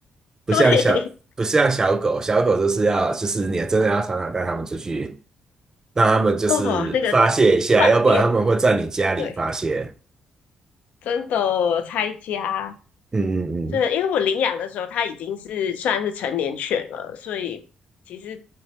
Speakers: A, on the right; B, on the left.
A: 不像小不像小狗，
B: 对，
A: 小狗就是要就是你真的要常常带它们出去，让它们就是发泄一下，
B: <laughs> 哦，那个放电，
A: 要不然它们会在你家里发泄。
B: 对，真的拆家。
A: 嗯嗯
B: 对，因为我领养的时候，它已经是算是成年犬了，所以其实